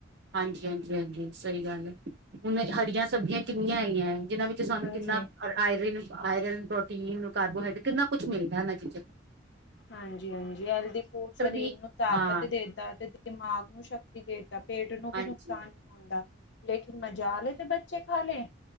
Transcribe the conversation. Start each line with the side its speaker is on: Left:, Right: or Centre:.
Right: ਹਾਂਜੀ-ਹਾਂਜੀ-ਹਾਂਜੀ ਸਹੀ ਗੱਲ ਏ, ਹੁਣ ਹਰੀਆਂ ਸਬਜ਼ੀਆਂ ਕਿੰਨੀਆਂ ਹੈਗੀਆ ਆ। ਜਿਨਾਂ ਵਿੱਚ ਸਾਨੂੰ
Left: ਹਾਂਜੀ
Right: ਕਿੰਨਾ ਔਰ ਆਇਰਨ, ਆਇਰਨ, ਪ੍ਰੋਟੀਨ, ਕਾਰਬੋਹਾਈਡਟ ਕਿੰਨਾ ਕੁਛ ਮਿਲਦਾ ਏਹਨਾ ਚੀਜ਼ਾਂ ਚ।
Left: ਹਾਂਜੀ-ਹਾਂਜੀ ਹੈਲਦੀ ਫੂਡ ਸਰੀਰ
Right: ਵੀ
Left: ਨੂੰ ਤਾਕਤ
Right: ਹਾਂ
Left: ਦੇਦਾ ਤੇ ਦਿਮਾਗ ਨੂੰ ਸ਼ਕਤੀ ਦੇਦਾ। ਪੇਟ ਨੂੰ
Right: ਹਾਂਜੀ
Left: ਵੀ ਨੁਕਸਾਨ ਨੀ ਹੁੰਦਾ ਲੇਕਿਨ ਮਜ਼ਾਲ ਏ ਤੇ ਬੱਚੇ ਖਾ ਲੇ।